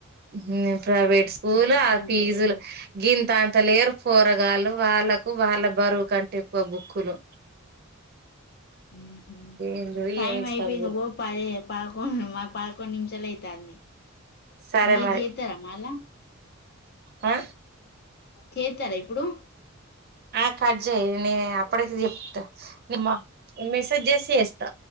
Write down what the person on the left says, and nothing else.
మొత్తం
జనరేషన్
హు హుమ్
టైం
అయిపోయింది
ఇగో పదే పదకొండు మా పదకొండు నిమిషాలు అయితాంది
మీర్
జెత్తరా మళ్ళా
చేతారా ఇప్పుడు